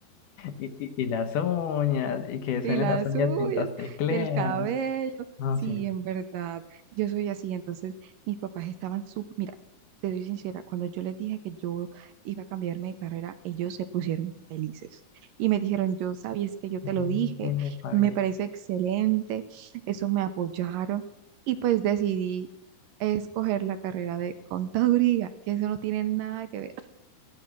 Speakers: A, on the left; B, on the right.
A: Y, y- y las uñas, y que suenen
B: y las
A: las uñas
B: uñas
A: mientras tecleas.
B: y el cabello.
A: No,
B: Sí,
A: sí.
B: en verdad, yo soy así. Entonces, mis papás estaban súper, mira, te soy sincera, cuando yo les dije que yo iba a cambiarme de carrera, ellos se pusieron felices y me dijeron, yo sabía es que yo te
A: <laughs>
B: lo dije,
A: Epa,
B: me
A: bien.
B: parece excelente, eso me apoyaron y pues decidí escoger la carrera de contaduría, que eso no tiene nada que ver.